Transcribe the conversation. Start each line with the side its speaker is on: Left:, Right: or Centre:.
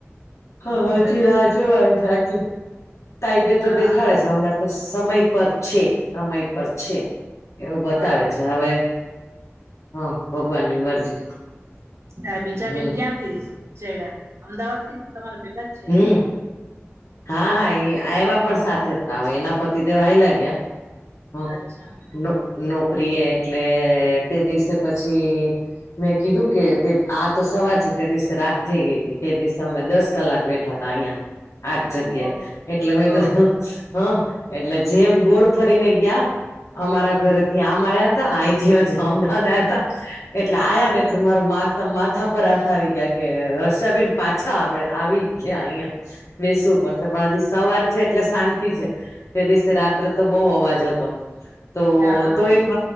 Right: હમ
Left: હ હજી
Right: દસ
Left: રાજ જોવાની છે આટલી તાઇબે તો
Right: હા
Left: દેખાડે છે, હમણાં તો સમય પર છે, સમય પર છે. એવું બતાવે
Right: હા
Left: છે, હવે હા, ભગવાન ની મરજી.
Right: હા, બીજા
Left: હમ
Right: બેન ક્યાંથી ચડયા, અમદાવાદ થી તમારે ભેગા. છે
Left: હમ,
Right: એમ
Left: હા, હા, એ આય્વા પણ સાથે હતા, હવે એના પતિદેવ હાયલા ગ્યા. હા,
Right: અચ્છા
Left: નો નોકરી એ એટલે તે દિવસે પછી મેં કીધું કે તે આ તો સવાર છે, તે દિવસે રાત થઈ ગઈ હતી, તે દિવસે અમે દસ કલાક બેઠા તા, અહિયાં આજ જગ્યા,
Right: ઓ
Left: એટલે મે તો
Right: ઓ
Left: હ, એટલે જેમ ગોળ ફરીને ગ્યા અમારા ઘરેથી આમ આયાતા અહીથી પછી અમદાવાદ આવ્યા હતા, એટલે
Right: હા
Left: આયા ને એટલે મારા મા માથા પર હાથ આવી ગ્યા કે, હર્ષાબેન પાછા આવડે આવી ગ્યા અહિયાં. બેસવું પડશે, પણ હજી સવાર છે, એટલે શાંતિ છે, તે દિવસે રાત્રે તો બઉ અવાજ હતો, તો
Right: હા
Left: તો એમ